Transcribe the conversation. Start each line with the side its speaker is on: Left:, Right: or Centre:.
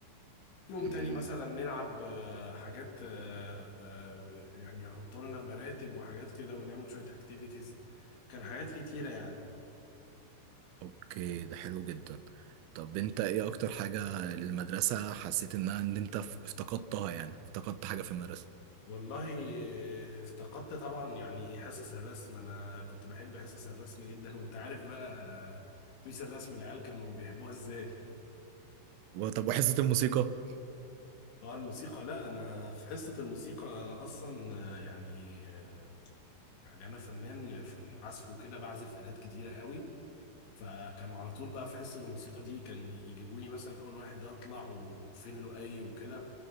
Left: يوم
Right: مم،
Left: تاني مثلا نلعب آه حاجات آه آه يعني يحطوا لنا مراتب وحاجات كده ونعمل شويه اكتيفيتيز كان حاجات كتيره يعني
Right: اوكي ده حلو جدا طب انت ايه اكتر حاجة المدرسة حسيت انها ان انت ف- افتقدتها يعني افتقدت حاجة في المدرسة
Left: والله آه، افتقدت طبعا يعني حصص الرسم انا كنت بحب حصص الرسم جدا وانت عارف بقى ميس الرسم العيال كانوا بيحبوها ازاي
Right: وطب وحصة الموسيقى
Left: اه الموسيقى لا انا في حصة الموسيقى انا اصلا آه، يعني آه، يعني انا فنان في العزف وكده بعزف آلات كتيرة قوي فكانوا على طول بقى في حصة الموسيقى دي كان يجيبوني مثلا اول واحد ده اطلع وفين له اي وكده